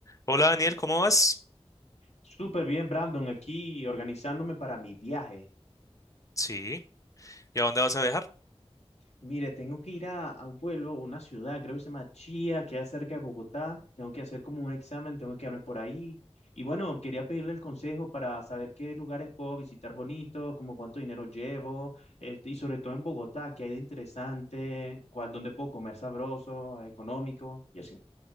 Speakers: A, on the left (about 30°); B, on the left (about 80°).
A: Hola Daniel, ¿cómo vas?
B: Súper bien, Brandon, aquí organizándome para mi viaje.
A: Sí. ¿Y a dónde vas a viajar?
B: Mire, tengo que ir a, a un pueblo, una ciudad, creo que se llama Chía, que es cerca de Bogotá. Tengo que hacer como un examen, tengo que quedarme por ahí. Y bueno, quería pedirle el consejo para saber qué lugares puedo visitar bonitos, como cuánto dinero llevo, este, y sobre todo en Bogotá, qué hay de interesante, cuál, dónde puedo comer sabroso, económico, y así.